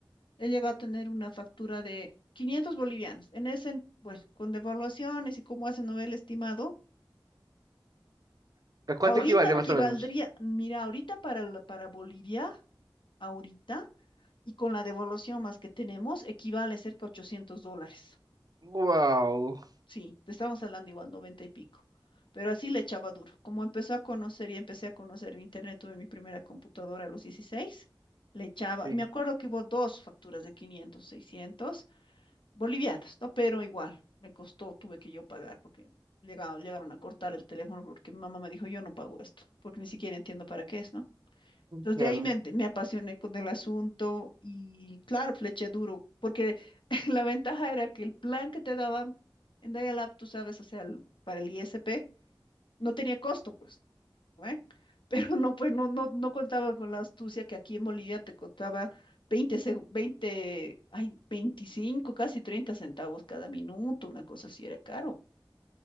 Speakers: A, on the left (about 75°); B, on the right (about 50°).
A: He llegado a tener una factura de 500 bolivianos. En ese, en- bueno, con devaluaciones y cómo hacen novel estimado,
B: ¿A cuánto
A: cuánto ahorita
B: equivale
A: fue?
B: más
A: equivaldría,
B: o menos?
A: mira, ahorita para, la- para Bolivia, ahorita, y con la devaluación más que tenemos, equivale cerca a 800 dólares.
B: Wow,
A: Sí, te estamos hablando igual, 90 y pico. Pero así le echaba duro. Como empezó a conocer y empecé a conocer el internet, tuve mi primera computadora a los 16, le echaba.
B: sí,
A: Y me acuerdo que hubo dos facturas de quinientos, seiscientos. bolivianos, ¿no? Pero igual, me costó, tuve que yo pagar porque llegaron, llegaron a cortar el teléfono porque mi mamá me dijo, yo no pago esto, porque ni siquiera entiendo para qué es, ¿no? Entonces
B: claro.
A: de ahí me, Claro. me apasioné con el asunto y claro, pues, le eché duro, porque <laughs> la ventaja era que el plan que te daban en Dial-Up, tú sabes, o sea, el- para el ISP, no tenía costo, pues. ¿eh? <laughs> Pero no, pues no, no, no contaba con la astucia que aquí en Bolivia te costaba 20 seg- 20 ay, 25 casi 30 centavos cada minuto, una cosa así era caro.